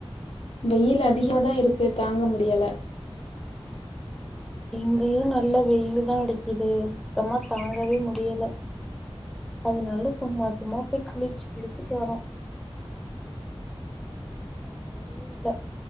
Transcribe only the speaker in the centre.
இங்கயும் நல்ல வெயிலு தான் அடிக்குது சுத்தமா தாங்கவே முடியல அதனால சும்மா சும்மா போய் குளிச்சு குளிச்சுட்டு வரோம் வேற வழியே இல்ல